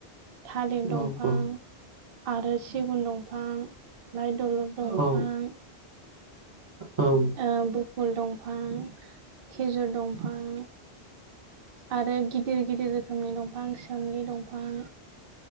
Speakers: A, on the right (about 60°); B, on the right (about 25°).
A: थालिर
B: औ
A: दंफां
B: औ
A: आरो सिगुन दंफां, लाइ दलर दंफां
B: औ औ
A: ओ बुफुल दंफां, खेजुर दंफां, आरो गिदिर गिदिर रोखोमनि दंफां सोमलि दंफां।